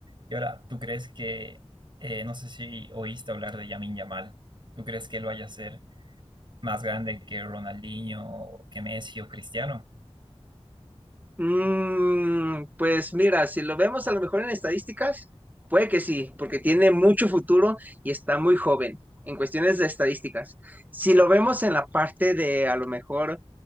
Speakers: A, on the right; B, on the right.
A: Y ahora, ¿tú crees que, eh, no sé si oíste hablar de Yamin Yamal, ¿tú crees que él vaya a ser más grande que Ronaldinho, que Messi o Cristiano?
B: Mm, pues mira, si lo vemos a lo mejor en estadísticas, puede que sí, porque tiene mucho futuro y está muy joven en cuestiones de estadísticas. Si lo vemos en la parte de a lo mejor